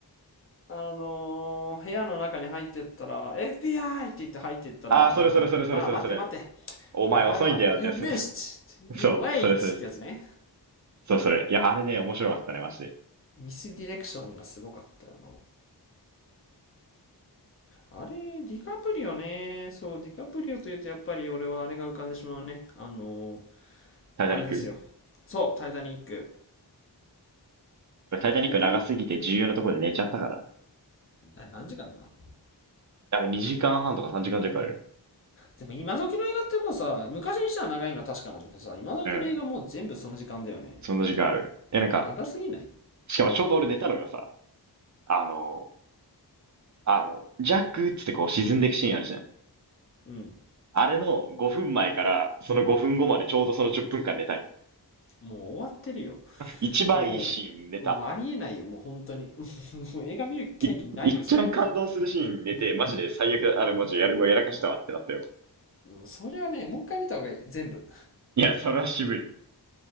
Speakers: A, on the left (about 30°); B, on the right (about 45°).
A: あのー部屋の中に入ってったら、FBI! って言って入ってったら、
B: ああ、それそれそれそれそれそれ、
A: あの、まあ待て待て、
B: お前遅いんだよってやつ。
A: お前は、You missed!
B: <laughs>
A: You
B: そう、
A: late!
B: それそれ、
A: ってやつね。
B: そうそれ。いや、あれね、面白かったね、マジで。
A: ミスディレクションがすごかったよな。あれ、ディカプリオね。そう、ディカプリオというとやっぱり俺はあれが浮かんでしまうね。あの、
B: タイタニック
A: あれですよ。そう、タイタニック。
B: 俺、タイタニック長すぎて重要なところで寝ちゃったからな。
A: タイタニックね。な何時間だ
B: あれ、2時間半とか3時間弱あるよね。
A: でも今時の映画ってもうさ、昔にしたら長いのは確かなんだけどさ、今時の映画もう全部その時間だよね。
B: うん、そんな時間ある。え、
A: 長すぎない
B: なんか、しかもちょうど俺寝たのがさ、あの、あの、ジャックっつってこう沈んでいくシーンあるじゃん。
A: うん。
B: あれの5分前から、その5分後までちょうどその10分間寝たい。
A: もう終わってるよ。
B: 一番いいシーン寝た。
A: もう、もうありえないよ。もう本当に。<laughs> もう映画見る権利ないよ、
B: い、いっちゃん感動するシーン寝て、
A: それ。
B: マジで最悪だ、あれマジやる、うわやらかしたわってなったよ。
A: それはね、もう一回見た方がいい。全部。
B: いや、それは渋い。